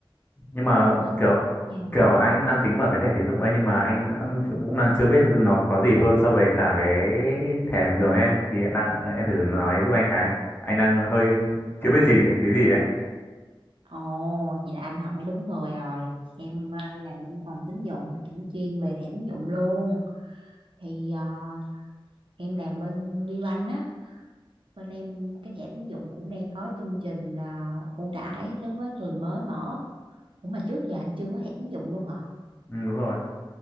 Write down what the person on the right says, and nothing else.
em bên
mảng- dạ.
Ồ, vậy là anh hỏi đúng người rồi. Em à, làm bên phòng tín dụng cũng chuyên về thẻ tín dụng luôn. Thì à, em làm bên VBank á, bên em cái thẻ tín dụng cũng đang có chương trình à, ưu đãi đối với người mới mở. Ủa mà trước giờ anh chưa có thẻ tín dụng luôn hả?